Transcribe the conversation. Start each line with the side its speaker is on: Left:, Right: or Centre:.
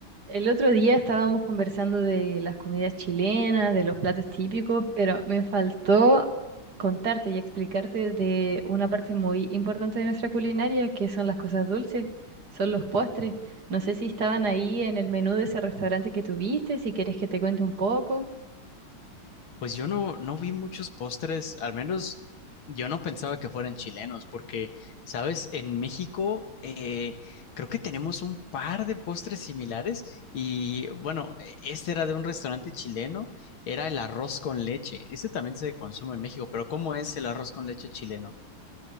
Right: El otro día estábamos conversando de las comidas chilenas, de los platos típicos, pero me faltó contarte y explicarte de una parte muy importante de nuestra culinaria, que son las cosas dulces, son los postres. No sé si estaban ahí en el menú de ese restaurante que tuviste, si quieres que te cuente un poco.
Left: Pues yo no, no vi muchos postres, al menos yo no pensaba que fueran chilenos, porque, sabes, en México eh, creo que tenemos un par de postres similares y bueno, este era de un restaurante chileno, era el arroz con leche, ese también se consume en México, pero ¿cómo es el arroz con leche chileno?